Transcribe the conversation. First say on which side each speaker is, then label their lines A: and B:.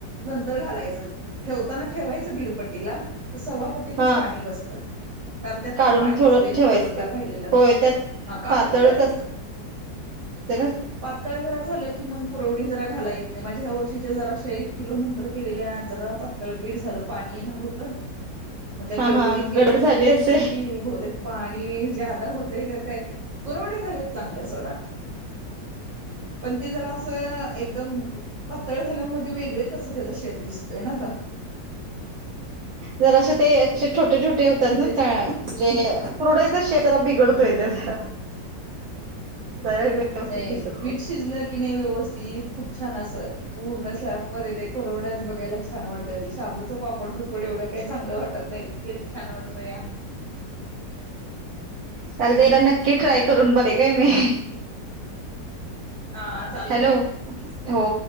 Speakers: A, on the right; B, on the right.
A: नंतर घालायचं ठेवताना ठेवायचं दीडपट्टीला सव्वा पट्टीतच
B: हा
A: पाणी बसतं. कारण त्यात
B: काढून
A: पण पाणी
B: थोडं
A: असतंय ना,
B: ठेवायचं
A: थोडंफार
B: ते
A: राहिलेलं
B: होय त्यात
A: हा काढून
B: पातळच
A: ठेवायचं.
B: असते ना ते.
A: पातळ जरा झालं की मग कुरवडी जरा घाला येत नाही, माझ्या ह्या वर्षीच्या जराशे एक किलो नंतर केलेल्या जरा पातळ पीठ झालं. पाणी येणार होत, मग त्या
B: हा
A: गडबडीत
B: हा
A: केलेल्या
B: गडबड झाली
A: मी तरी म्हणतीये
B: असेल
A: बहूतेक पाणी ज्यादा होतय का काय? कुरवडे झालेत चांगल्या सोडा. पण ते जरा असं एकदम पातळ झाल्या म वेगळेच असं त्याचा शेप दिसतोय ना त
B: जर असं ते असे छोटे छोटे होतात ना,
A: त्याच्या
B: का म्हणजे कुरडाईचा शेप जरा बिघडतोय
A: हम्म
B: त्याचा. जरा व्यवस्थित
A: नाही
B: दिसत
A: पीठ शिजलं की, नाही व्यवस्थित खूप छान अस पूर्ण स्लॅब मध्ये ते कुरवड्याच बघायला छान! वाटतयं, ते शाबूचं पापड बी पापड एवढं काही चांगलं वाटत नाही, तेच छान वाटतया.
B: चालतय एकदा नक्की ट्राय करून बघेन काय मी.
A: हा चालतयं.
B: हॅलो हो.